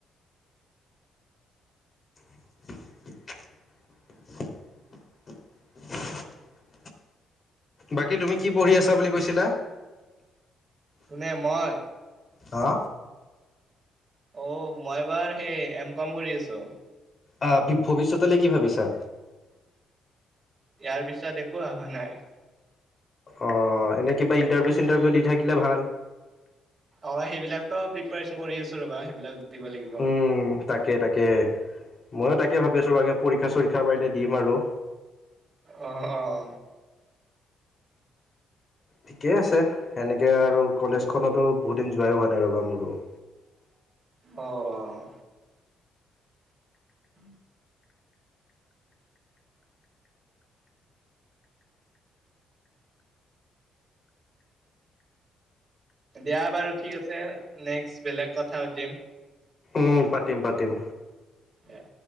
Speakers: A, on the left; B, on the right.
A: <inaudible> বাকী তুমি কি পঢ়ি আছা বুলি কৈছিলা?
B: কোনে মই।
A: হা।
B: অ মই বাৰ সেই এম কম কৰি আছো।
A: আহ ভৱিষ্যতলৈ কি ভাবিছা।
B: ইয়াৰ পিছত একো অহা নাই।
A: অ এনেই কিবা ইণ্টাৰভিউ চিণ্টাৰভিউ দি থাকিলে ভাল।
B: অ সেইবিলাকো প্ৰিপাৰচন কৰি আছো ৰবা সেইবিলাক। দিব লাগিব
A: উম! তাকে, তাকে। ময়ো তাকে ভাবি আছো বাৰ পৰীক্ষা চৰীক্ষা পাৰিলে দিম আৰু।
B: অ অ।
A: ঠিকেই আছে সেনেকে আৰু কলেজখনতো বহুত দিন যোৱাইো হোৱা নাই ৰ'বা মোৰো।
B: অহ, অহ উম দিয়া বাৰু ঠিক আছে নেক্স বেলেগ কথা পাতিম।
A: উম পাতিম পাতিম।
B: দেয়া।